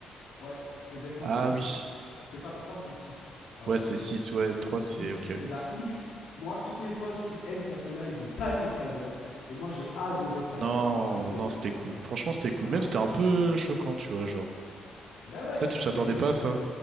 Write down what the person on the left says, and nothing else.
Ouais, c'est exactement,
c'est X.
C'est pas 3, c'est 6. Voilà,
c'est
ça.
X.
Et bah X, moi, tous mes potes qui aiment Tiakola, ils ont pas aimé cet album. Et moi, j'ai adoré cet album.
Enfin, cette E P.
C'est
un...
Bah ouais,
c'est que...